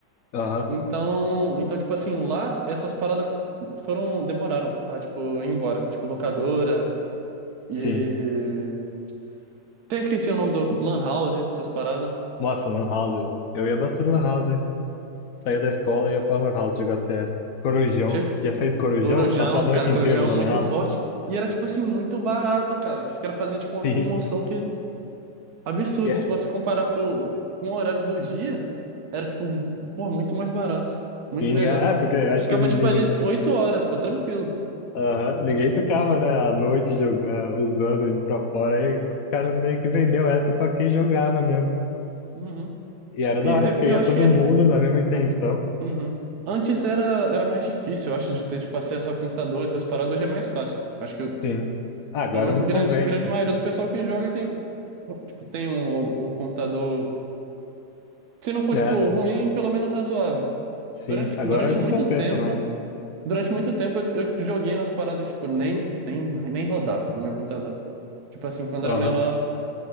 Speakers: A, on the left (about 65°); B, on the right (about 70°).
A: Aham,
B: Então, então, tipo assim, lá essas paradas foram, demoraram a, tipo, ir embora. Tipo, locadora e
A: sim.
B: Até esqueci o nome do Lan House, essas paradas.
A: Nossa, Lan House. Eu ia bastante Lan House, hein? Saía da escola e ia pra Lan House jogar CS. Corujão.
B: Che-
A: Já fez corujão?
B: Corujão,
A: Passar a noite
B: cara, Corujão
A: inteira na
B: é muito
A: Lan House?
B: forte. E era, tipo assim, muito barato, cara. Que os caras faziam, tipo, umas
A: Sim.
B: promoção que absurdo.
A: Yeah.
B: Se você comparar pro... com o horário do dia, era, tipo, pô, muito mais barato. Muito
A: Sim,
B: melhor.
A: é, é, porque acho
B: E tu ficava,
A: que ninguém
B: tipo, ali oito horas, pô, tranquilo.
A: Aham, Ninguém ficava, né, à noite jog... eh, usando, indo pra fora, aí o cara meio que vendeu essa pra quem jogava mesmo.
B: Uhum.
A: E era
B: E
A: da hora,
B: é,
A: porque
B: eu
A: ia
B: acho
A: todo
B: que.
A: mundo na mesma intenção.
B: ah, Uhum. Antes era, era mais difícil, eu acho, de ter, tipo, acesso a computador, essas paradas, hoje é mais fácil. Acho que
A: Sim. Ah, agora
B: Pelo menos
A: não
B: grande,
A: convém.
B: grande maioria do pessoal que joga tem, tipo, tem um, um computador, se não for,
A: né?
B: tipo,
A: É,
B: ruim, pelo menos razoável.
A: sim,
B: Durante,
A: agora
B: durante
A: não
B: muito
A: compensa
B: tempo,
A: mais.
B: durante muito tempo eu, eu joguei umas paradas, tipo, nem, nem, nem rodava no meu computador. Tipo assim, quando
A: Aham,
B: era menor,